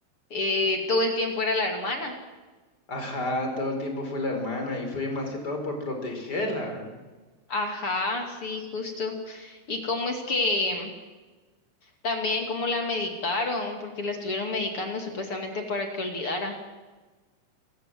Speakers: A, on the left; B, on the left.
A: eh, todo el tiempo era la hermana.
B: Ajá, todo el tiempo fue la hermana y fue más que todo por protegerla. ¿verdad?
A: Ajá, sí, justo. Y cómo es que también cómo la medicaron, porque la estuvieron medicando supuestamente para que olvidara.